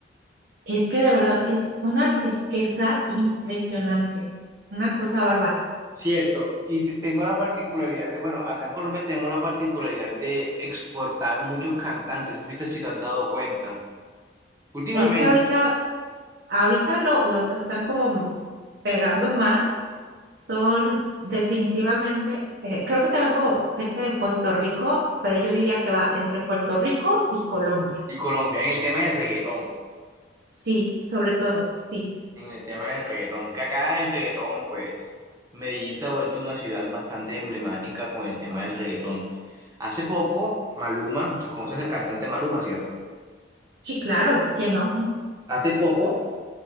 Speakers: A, on the right; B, on the right.
A: Es que de verdad es una riqueza impresionante, una cosa bárbara.
B: Cierto. Y te- tengo la particularidad de, bueno, acá en Colombia tenemos la particularidad de exportar muchos cantantes. No sé si te, si te has dado cuenta. Últimamente.
A: Es que ahorita, ahorita lo- los que están como pegando más son definitivamente, eh, creo que también como gente de Puerto Rico, pero yo diría que va entre Puerto Rico y Colombia.
B: Y Colombia, en el tema del reggaetón,
A: Sí, sobre todo, sí.
B: en el tema del reggaetón, que acá el reggaetón, pues, Medellín se ha vuelto una ciudad bastante emblemática con el tema del reggaetón. Hace poco, Maluma, tú conoces al cantante Maluma, ¿cierto?
A: Sí, claro, ¿quién no?
B: Hace poco,